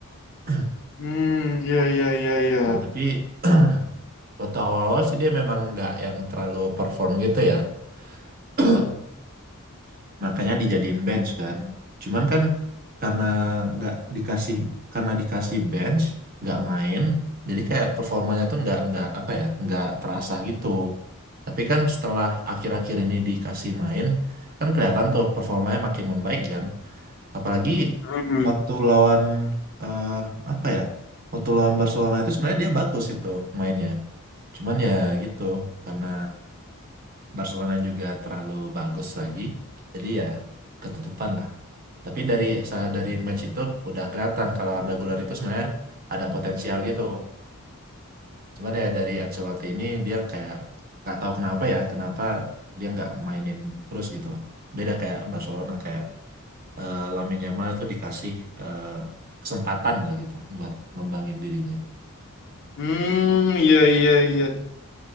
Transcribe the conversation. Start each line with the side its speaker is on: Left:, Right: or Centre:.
Right: <clears throat>
Left: Hmm, iya, iya, iya, iya.
Right: Nah tapi <clears throat> waktu awal-awal sih dia memang nggak yang terlalu perform gitu ya. <clears throat> Makanya dijadiin bench kan. Cuman kan karena nggak dikasih karena dikasih bench nggak main jadi kayak performanya tuh nggak nggak apa ya nggak terasa gitu. Tapi kan setelah akhir-akhir ini dikasih main kan kelihatan tuh performanya makin membaik kan. Apalagi
Left: Hmm.
Right: waktu lawan eh apa ya? Waktu lawan Barcelona itu sebenarnya dia bagus itu mainnya. Cuman ya gitu karena Barcelona juga terlalu bagus lagi. Jadi ya ketutupan lah. Tapi dari sa- dari match itu udah kelihatan kalau Arda Güler itu sebenarnya ada potensial gitu. Cuman ya dari Ancelotti ini dia kayak nggak tahu kenapa ya, kenapa dia nggak mainin terus gitu loh. Beda kayak Barcelona kayak eh, Lamine Yamal itu dikasih eh, kesempatan lah gitu buat ngembangin dirinya.
Left: Hmm, iya, iya, iya.